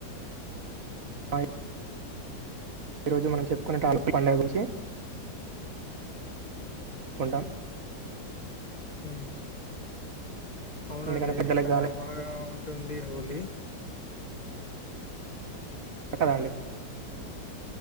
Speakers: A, on the right; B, on the left.
A: హై ఈ రోజు మనం చెప్పుకునే టాల్ కు పండుగ గురించి కొండాం
B: ఉ అవునండి
A: ఎందుకంటే పెద్దలకు
B: చాలా
A: గాని
B: బాగా ఉ ఉంది హోలీ
A: కద అండి